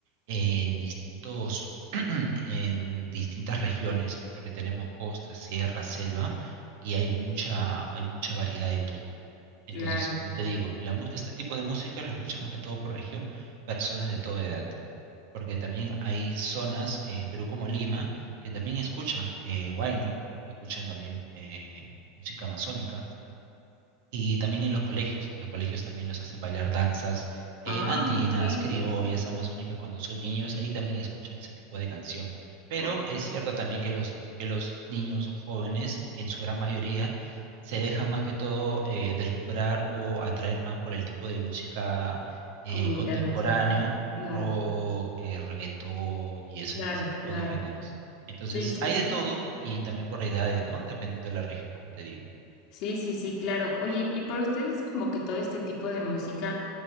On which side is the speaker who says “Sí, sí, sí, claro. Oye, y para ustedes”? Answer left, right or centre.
Left